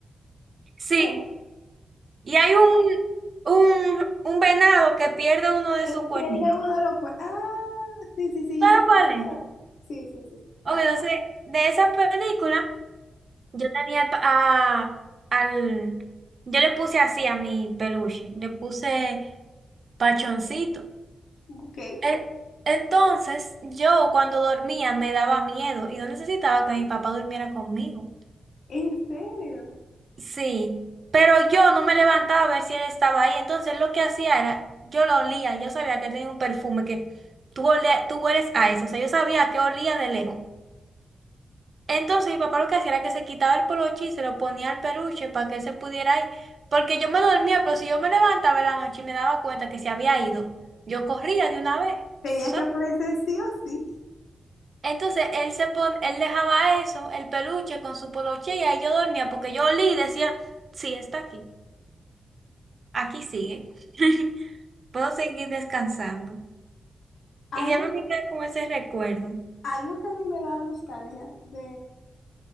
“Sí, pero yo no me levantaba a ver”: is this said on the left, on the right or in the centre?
Right